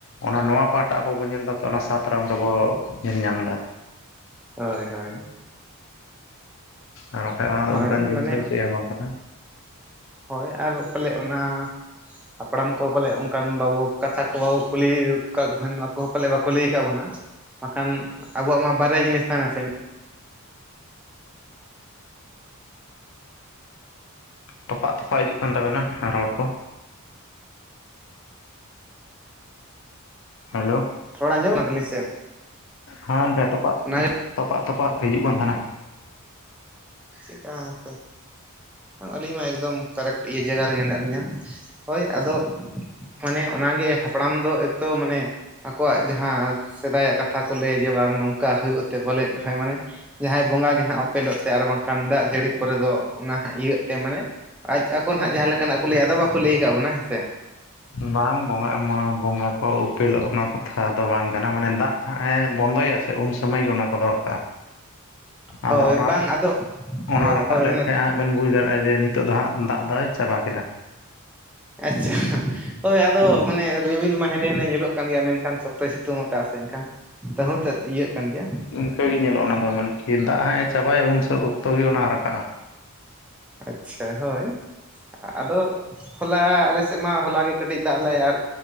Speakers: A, on the left; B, in the centre.
A: ᱚᱱᱟ ᱱᱚᱣᱟ ᱯᱟᱦᱴᱟ ᱟᱵᱚ ᱵᱚᱱ ᱧᱮᱞ ᱮᱫᱟ ᱛᱚ ᱚᱱᱟ ᱥᱟᱛ ᱨᱚᱝ ᱨᱮᱵᱚ ᱧᱮᱞ ᱧᱟᱢ ᱫᱟ᱾
B: ᱦᱳᱭ, ᱦᱳᱭ
A: ᱟᱨ ᱵᱟᱠᱷᱟᱡ ᱚᱱᱟ ᱫᱚ
B: ᱦᱳᱭ
A: ᱚᱱᱠᱟᱱ ᱡᱤᱱᱤᱥ
B: ᱢᱟᱱᱮ
A: ᱜᱮ ᱪᱮᱫ ᱦᱚᱸᱵᱟᱝ ᱠᱟᱱᱟ᱾
B: ᱦᱳᱭ ᱟᱨ ᱯᱟᱞᱮ ᱚᱱᱟ ᱦᱟᱯᱲᱟᱢ ᱠᱚ ᱯᱟᱞᱮ ᱚᱱᱠᱟᱱ ᱵᱟᱵᱚ ᱠᱟᱛᱷᱟ ᱠᱚ ᱵᱟᱵᱚ ᱠᱩᱞᱤ ᱟᱠᱟ ᱠᱷᱟᱱ ᱟᱠᱚ ᱦᱚᱸ ᱯᱟᱞᱮ ᱵᱟᱠᱚ ᱞᱟᱹᱭ ᱟᱠᱟ ᱵᱚᱱᱟ᱾ ᱵᱟᱠᱷᱟᱱ ᱟᱵᱚᱣᱟᱜ ᱢᱟ ᱵᱟᱨᱭᱟ ᱡᱤᱱᱤᱥ ᱛᱟᱦᱮᱸᱱᱟ ᱥᱮ,
A: ᱛᱚᱯᱟᱜ ᱛᱚᱯᱟᱜ ᱦᱤᱡᱩᱜ ᱠᱟᱱ ᱛᱟᱵᱮᱱᱟ ᱨᱚᱲ ᱠᱚ᱾ ᱦᱮᱞᱳ
B: ᱨᱚᱲ ᱟᱸᱡᱚᱢ ᱛᱟᱞᱤᱧ ᱥᱮ
A: ᱦᱟᱱᱛᱮ ᱛᱚᱯᱟᱜ
B: ᱚᱱᱟ
A: ᱛᱚᱯᱟᱜ ᱛᱚᱯᱟᱜ ᱦᱤᱡᱩᱜ ᱠᱟᱱ ᱛᱟᱸᱦᱮᱱᱟ᱾
B: ᱪᱮᱠᱟᱦᱟᱯᱮ ᱟᱹᱞᱤᱧ ᱢᱟ ᱮᱠᱫᱚᱢ ᱠᱟᱨᱮᱴ ᱤᱭᱟᱹ ᱡᱟᱹᱭᱜᱟ ᱨᱮᱜᱮ ᱢᱮᱱᱟᱜ ᱞᱤᱧᱟ᱾ ᱦᱳᱭ ᱟᱫᱚ ᱢᱟᱱᱮ ᱚᱱᱟᱜᱮ ᱦᱟᱯᱲᱟᱢ ᱫᱚ ᱮᱠᱛᱚ ᱢᱟᱱᱮ ᱟᱠᱚᱣᱟᱜ ᱡᱟᱦᱟᱸ ᱥᱮᱫᱟᱭᱟᱜ ᱠᱟᱛᱷᱟ ᱠᱚ ᱞᱟᱹᱭᱟ ᱡᱮ ᱵᱟᱝ ᱱᱚᱝᱠᱟ ᱦᱩᱭᱩᱜ ᱛᱮ ᱯᱟᱞᱮᱫ ᱦᱳᱭ ᱢᱟᱱᱮ᱾ ᱡᱟᱦᱟᱸᱭ ᱵᱚᱸᱜᱟ ᱜᱮ ᱦᱟᱸᱜ ᱚᱯᱮᱞᱚᱜ ᱛᱮ ᱟᱨ ᱵᱟᱝᱠᱷᱟᱱ ᱫᱟᱜ ᱡᱟᱹᱲᱤ ᱯᱚᱨᱮ ᱫᱚ ᱚᱱᱟ ᱦᱟᱸ ᱤᱭᱟᱹᱜ ᱛᱮ ᱢᱟᱱᱮ ᱟᱡ ᱟᱠᱚ ᱱᱟᱦᱟᱜ ᱡᱟᱦᱟᱸ ᱞᱮᱠᱟᱱᱟᱜ ᱠᱚ ᱞᱟᱹᱭ ᱟᱫᱚ ᱵᱟᱠᱚ ᱞᱟᱹᱭ ᱟᱠᱟᱫ ᱵᱚᱱᱟ ᱦᱮᱸ ᱥᱮ᱾
A: ᱵᱟᱝ ᱵᱚᱸ ᱢᱟ ᱵᱚᱸᱜᱟ ᱠᱚ ᱩᱯᱮᱞᱚᱜ ᱚᱱᱟ ᱠᱟᱛᱷᱟ ᱫᱚ ᱵᱟᱝ ᱠᱟᱱᱟ ᱢᱟᱱᱮ ᱫᱟᱜ ᱦᱟᱸᱜ ᱮ ᱵᱚᱱᱫᱚᱭᱟ ᱥᱮ ᱥᱮ ᱩᱱ ᱥᱚᱢᱚᱭ ᱜᱮ ᱚᱱᱟ ᱠᱚ ᱫᱚᱨᱠᱟᱨ ᱟᱫᱚ
B: ᱦᱳᱭ
A: ᱚᱱᱟᱨ
B: ᱵᱟᱝ ᱟᱫᱚ
A: ᱚᱱᱟ ᱨᱟᱠᱟᱵ
B: ᱦᱳᱭ
A: ᱞᱮᱱᱠᱷᱟᱱᱡ
B: ᱚᱱᱟ
A: ᱦᱟᱸᱜ ᱵᱮᱱ ᱵᱩᱡᱽ ᱫᱟᱲᱮᱭᱟᱜᱼᱟ ᱡᱮ ᱱᱤᱛᱚᱜ ᱫᱚ ᱦᱟᱸᱜ ᱫᱟᱜ ᱫᱚᱭ ᱪᱟᱵᱟ ᱠᱮᱫᱟ᱾
B: ᱟᱪᱪᱷᱟ ᱳᱭ ᱟᱫᱚ ᱢᱟᱱᱮ ᱨᱤᱢᱤᱞ ᱢᱟ ᱦᱮᱸᱫᱮᱸ ᱦᱮᱸᱫᱮᱸ ᱧᱩᱞᱩᱜ ᱠᱟᱱ ᱜᱮᱭᱟ ᱢᱮᱱᱠᱷᱟᱱ ᱥᱚᱠᱛᱚᱭ ᱥᱤᱛᱩᱝ ᱟᱠᱟᱜ ᱥᱮ ᱮᱱᱠᱷᱟᱱ, ᱛᱟᱹᱦᱩ ᱛᱮᱫ ᱤᱭᱟᱹᱜ ᱠᱟᱱ ᱜᱮᱭᱟ᱾
A: ᱨᱤᱠᱟᱹᱟᱹᱜ ᱜᱮ ᱧᱮᱞᱚᱜ ᱚᱱᱟᱫᱚ ᱢᱟᱱᱮ ᱫᱟᱜ ᱦᱟᱸᱜᱼ ᱮ ᱪᱟᱵᱟᱭᱟ ᱩᱱ ᱥᱚ ᱚᱠᱛᱚ ᱜᱮ ᱚᱱᱟ ᱨᱟᱠᱟᱵᱼᱟ᱾
B: ᱟᱪᱪᱷᱟ ᱦᱳᱭ᱾ ᱟᱫᱚ ᱦᱚᱞᱟ ᱟᱞᱮ ᱥᱮᱫ ᱢᱟ ᱦᱚᱞᱟ ᱜᱮ ᱠᱟᱹᱴᱤᱡ ᱫᱟᱜ ᱞᱮ ᱟᱨ